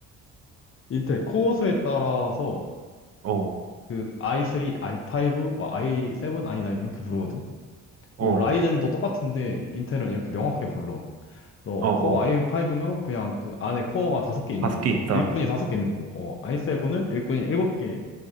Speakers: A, on the left; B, on the right.
A: 인텔 코어수에 따라서
B: 어,
A: 그 i3, i5, 막 i7, i9 이렇게 부르거든?
B: 어,
A: 뭐, 라이젠도 똑같은데 인텔은 이렇게 명확하게 불러. 너
B: 어, 어.
A: 코어 i5면 그냥 그 안에 코어가 다섯 개 있는
B: 다섯
A: 거고
B: 개 있다.
A: 일꾼이 다섯 개 있는 거고 어, i7은 일꾼이 일곱 개